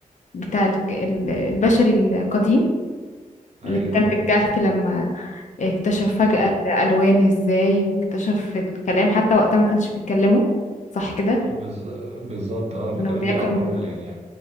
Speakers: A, on the left (about 60°); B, on the right (about 50°).
A: بتاع الك- ال- البشري القديم
B: أيوه
A: اللي كان
B: اه
A: في الكهف لما اكتشف فجأة
B: أيوه
A: الألوان ازاي واكتشف الكلام حتى وقتها ما كانش بيتكلموا صح كده
B: آه، بالز- بالظبط اه ما
A: كانوا
B: كانوش
A: بياكلوا
B: بيعبروا
A: من-
B: يعني